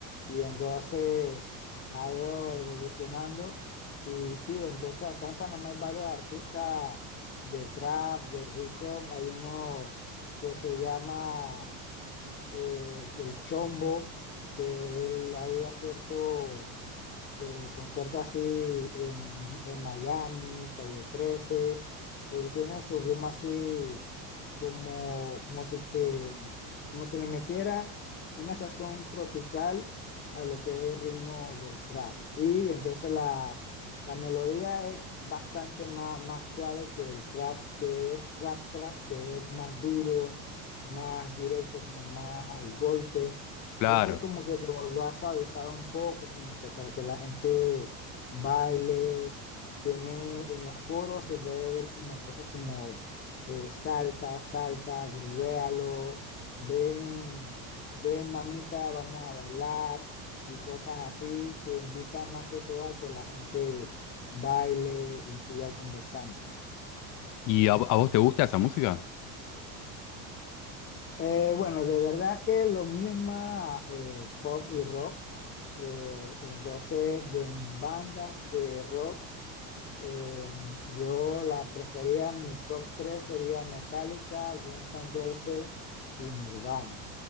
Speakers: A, on the left; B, on the left.
A: y entonces ha ido evolucionando y sí, entonces acá en Panamá hay varios artistas de trap, de hip hop, hay uno que se llama eh, el Chombo, que él ha ido a ciertos eh, concierta así en, en Miami, Calle trece. Él tiene su ritmo así como, como si, eh, como si le metiera una sazón tropical a lo que es el ritmo del trap. Y entonces la, la melodía es bastante más, más suave que el trap, que es trap trap, que es más duro, más directo, como más al golpe.
B: claro.
A: Este es como que lo, lo ha suavizado un poco, como que para que la gente baile. Tiene en los coros, se puede ver como cosas como eh, salta, salta, grubéalo, ven, ven mamita, vamos a bailar y cosas así que invitan más que todo a que la gente baile y siga conversando.
B: ¿Y a, a vos te gusta esa música?
A: Eh, bueno, de verdad que lo mismo eh, pop y rock. Eh, entonces, de mis bandas de rock, eh, yo la prefería, mi top 3 sería Metallica, Guns N' Roses y Nirvana.